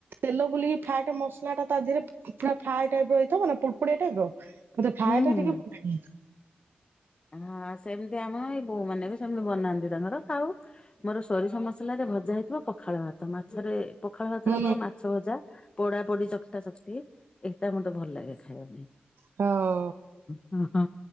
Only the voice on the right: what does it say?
ତେଲ ବୁଲିକି ଫ୍ରାଏଟ୍ ମସଲା ଟା ତା ଦେହରେ ଫା-ଫା- ପୁରା ଫ୍ରଏ ଟାଇପ ହେଇଥିବନା ପୁ କୁଏଟାଇପର୍ ମୋତେ ଫାଏ
ଟା
ଟିକେ
ଭଲ ଲାଗ।
ହୁଁ
ହଁ